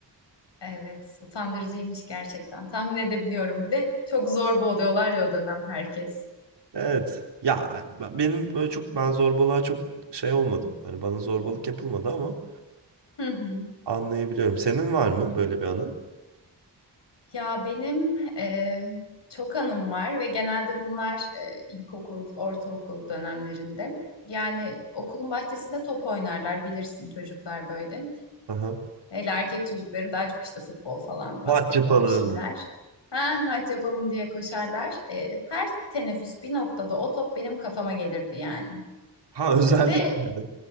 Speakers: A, on the left; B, on the right.
A: evet, utandırıcıymış gerçekten. Tahmin edebiliyorum. Bir de çok zorba oluyorlar ya o dönem herkes.
B: Evet. Ya ben- benim böyle çok ben zorbalığa çok şey olmadım. Hani bana zorbalık yapılmadı ama
A: Hı hı.
B: anlayabiliyorum. Senin var mı böyle bir anın?
A: Ya benim eee, çok anım var ve genelde bunlar eee, ilkokul, ortaokul dönemlerinde. Yani okulun bahçesinde top oynarlar bilirsin çocuklar böyle.
B: Aha.
A: Hele erkek çocukları daha çok işte futbol falan, basketbol
B: Maç yapalım.
A: bir şeyler. Ha maç yapalım diye koşarlar. Eee, her teneffüs bir noktada o top benim kafama gelirdi yani.
B: Ha <laughs> özellikle
A: Ve
B: de.